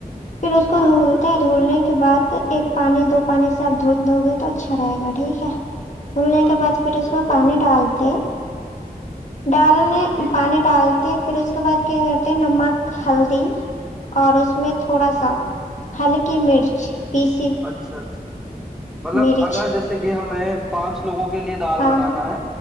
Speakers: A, on the left; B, in the centre.
A: پھر اس
B: ہاں
A: کو دھولتے
B: ہاں بالکل
A: ہیں دھولنے کے بعد ایک پانی دو پانی سے آپ دھل دو گے تو اچھا رہے گا ٹھیک ہے دھلنے
B: ہوں
A: کے بعد
B: ہ
A: پھر اس
B: بالکل
A: میں پانی ڈالتے ڈالنے
B: جی
A: پانی ڈالتے پھر اس کے بعد کیا کرتے ہیں نمک ہلدی اور اس میں تھوڑا سا ہلکی مرچ پیس
B: اچھا اچھا مطلب
A: مرچ
B: اگر جیسے کہ ہم میں پانچ لوگوں کے لیے دال
A: ہاں
B: بنانا ہے